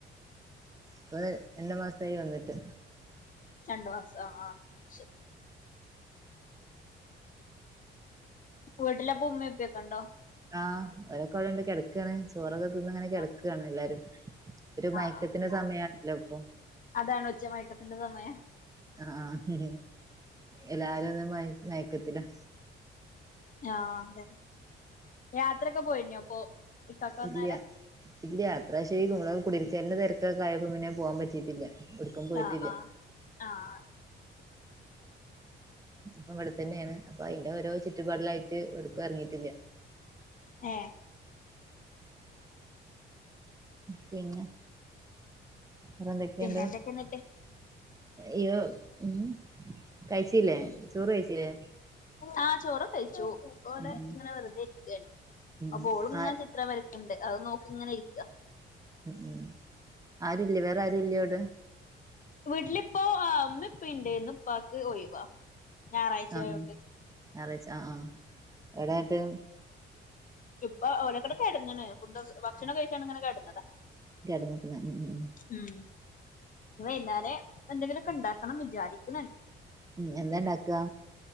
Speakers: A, on the right; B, on the left.
A: ഇപ്പൊര് രണ്ട് മാസായി വന്ന്ട്ട്
B: രണ്ടുമാസോ ആഹ ശെ വീട്ടില് അപ്പൊ ഉമ്മി ഉപ്പിയൊക്കണ്ടോ
A: ആഹ ഓലക്കെഇവ്ടെണ്ട് കെട്ക്കാണ് ചോറൊക്കെതിന്ന്ങ്ങനെ കെട്ക്കാണ്
B: ആഹ്
A: എല്ലാരും ഒരു മയക്കത്തിന്റെ
B: ആഹ്
A: സമയാണല്ലോ ഇപ്പൊ
B: അതാണ് ഉച്ചമയക്കത്തിന്റെ സമയ
A: ആഹ എല്ലാരു ഒന്നു മയ മയക്കത്തിലാ
B: ആഹ് അതെ യാത്ര ഒക്കെ പോയിനോ അപ്പൊ ഇക്കാക്ക വന്നാരെ
A: ഇല്ല്യ ഇല്ല ഇപ്രാവശ്യം കുടിയിരിക്കല്ന്റെ തെരക്കൊക്കെ ആയപ്പം പിന്നെ പോവാൻ പറ്റിയിട്ടില്ല എവിട്ക്കും പോയിട്ടില്ല
B: ആഹ് ആഹ് ആഹ്
A: അപ്പൊ ഇവിടെ തന്നെയാണ് അപ്പൊ അയ്ന്റെ ഓരോ ചുറ്റുപാടിലായിട്ട് എവിടുക്കും എറങ്ങിയിട്ടില്ല
B: ഏഹ്
A: പിന്നെ വേറെ എന്തൊക്കെ
B: പിന്നെന്തൊക്കെ
A: ഉണ്ട്
B: എന്നിട്ട്
A: ഇയ്യോ ഉം കഴിച്ചില്ലേ ചോറ് കഴ്ച്ചില്ലേ
B: ആഹ് ചോറ് ഒക്കെ കഴിച്ചു ഇപ്പ ഇവടെ
A: ഉം ഉം
B: ഇങ്ങനെ വെറുതെ ഇരിക്കാണ് അപ്പൊ
A: ഉം
B: ഓള്
A: ആ
B: ഇങ്ങനെ ചിത്രം വര ഇണ്ട് അത് നോക്കി ഇങ്ങനെ ഇരിക്കാ
A: ഉം ആരും ഇല്ലേ വേറെ ആരും ഇല്ലേ ഇവ്ടെ
B: വീട്ടിലിപ്പോ ആഹ് ഉമ്മയും ഇപ്പയും ഉണ്ടേന്നു ഇന്ന് ഇപ്പാക്ക് ഒഴിവാ ഞായറാഴ്ച
A: ആഹ്
B: ആയോണ്ട്
A: ഞായറാഴ്ച്ച ആഹ് എവിടെ ഇങ്ങട്ട്
B: ഇപ്പ ഓലക്കട് കെടന്ന്ണ് ഫുഡ് ഒക്കെ ഭക്ഷണം കഴിച്ചാണ്ട ഇങ്ങനെ കെടന്നതാ
A: കേട്ന്ന്ക്ക്ണ് ഉം ഉം
B: ഉം ഇന്ന് വൈകുന്നേരം എന്തെങ്കിലും ഒക്കെ ഇണ്ടാക്കണം വിചാരിക്ക്ണ്
A: ഉം എന്താ ഇണ്ടാക്കാ